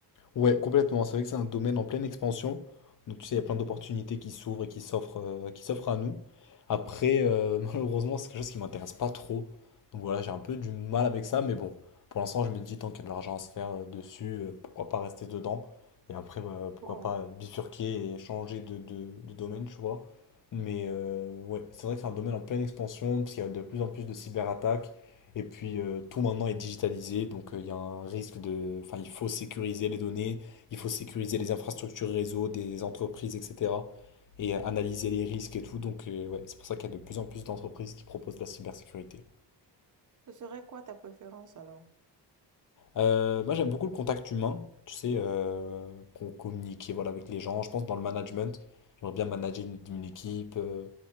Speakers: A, on the left (about 45°); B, on the right (about 45°).
A: Ouais, complètement. C'est vrai que c'est un domaine en pleine expansion. Donc, tu sais,
B: Mhm.
A: il y a plein d'opportunités qui s'ouvrent et qui s'offrent euh, qui s'offrent à nous. Après, euh, <laughs> malheureusement, c'est quelque chose qui m'intéresse pas trop. Donc voilà, j'ai un peu du mal avec ça. Mais bon, pour l'instant, je me dis, tant qu'il y a de l'argent à se faire euh, dessus, euh, pourquoi pas rester dedans? Et après, bah, pourquoi
B: Bon,
A: pas bifurquer et changer de, de- de domaine, tu vois. Mais euh, ouais, c'est vrai que c'est un domaine en pleine expansion, parce qu'il y a de plus en plus de cyberattaques. Et puis euh, tout maintenant est digitalisé, donc euh, il y a un risque de... Enfin, il faut sécuriser les données, il faut sécuriser les infrastructures réseau des entreprises, etc. Et euh, analyser les risques et tout. Donc euh, ouais, c'est pour ça qu'il y a de plus en plus d'entreprises qui proposent de la cybersécurité.
B: ce serait quoi ta préférence alors?
A: Euh, moi j'aime beaucoup le contact humain, tu sais, euh, qu'on communique voilà, avec les gens. Je pense dans le management, j'aimerais bien manager une, une équipe, euh,